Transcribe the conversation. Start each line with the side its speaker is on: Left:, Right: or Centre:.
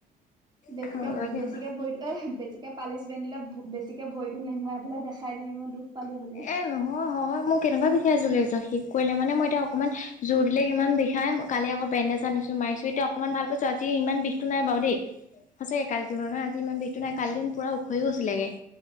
Right: বেছিকে
Left: খাবই লাগিব
Right: বেছিকে ভৰি এ হ বেছিকে। পানিচমেণট দিলে বেছিকে ভৰিটো লেহুৱাই পেলাই দেখাই দিবি মই দুখ পালো বুলি।
Left: এ নহয় নহয় মই এনেকুৱাই বিষাই আছিলে শিকোৱালে মানে মই এতিয়া অকণমান জোৰ দিলে কিমান বিষাই। কালি আকৌ বেণ্দেজ আনিছো মাৰিছো এতিয়া অকমানাশ ভাল পাইছো আজি ইমান বিষটো নাই বাৰু দেই। সঁচাকৈ কালিৰ তুলনাত আজি ইমান বিষটো নাই কালি দিন পূৰা শুকাই ও গৈছিলগে।